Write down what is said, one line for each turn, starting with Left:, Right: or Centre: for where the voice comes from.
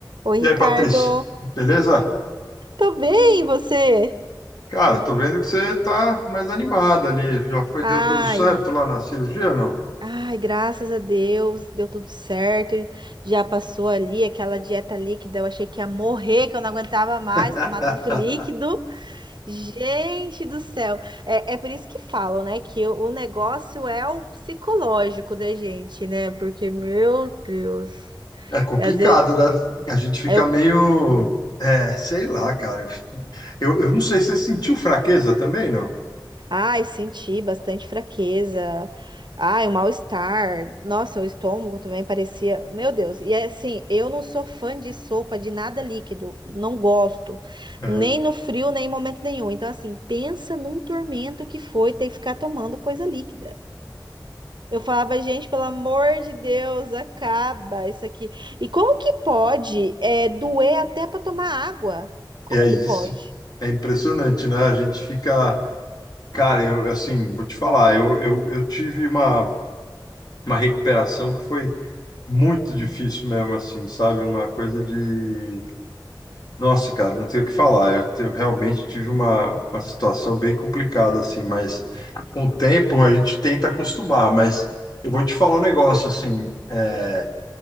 Right: Oi,
Left: E
Right: Ricardo.
Left: aí, Patrícia, beleza?
Right: Tô bem, e você?
Left: Cara, tô vendo que você tá mais animada ali. Já foi,
Right: Ai,
Left: deu tudo certo lá na cirurgia, não?
Right: ai, graças a Deus, deu tudo certo. Já passou ali aquela dieta líquida, eu achei que ia morrer, que eu não aguentava mais
Left: <laughs>
Right: tomar tanto líquido. Gente do céu. É, é por isso que falam, né, que o, o negócio é o psicológico da gente, né? Porque, meu Deus,
Left: É complicado,
Right: às vezes
Left: né? A gente fica
Right: eu
Left: meio, é, sei lá, cara. Eu, eu não sei, você sentiu fraqueza também, não?
Right: Ai, senti bastante fraqueza. Ai, o mal-estar. Nossa, o estômago também parecia. Meu Deus. E é assim, eu não sou fã de sopa de nada líquido. Não gosto.
Left: Uhum.
Right: Nem no frio, nem em momento nenhum. Então, assim, pensa num tormento que foi ter que ficar tomando coisa líquida. Eu falava, gente, pelo amor de Deus, acaba isso aqui. E como que pode, é, doer até para tomar água? Como
Left: E é
Right: que
Left: isso.
Right: pode?
Left: É impressionante, né? A gente fica, cara, eu assim, vou te falar, eu, eu, eu tive uma, uma recuperação que foi muito difícil mesmo, assim, sabe? Uma coisa de Nossa, cara, não tenho o que falar. Eu, te- eu realmente tive uma, uma situação bem complicada, assim, mas com o tempo a gente tenta acostumar. Mas eu vou te falar um negócio, assim, é,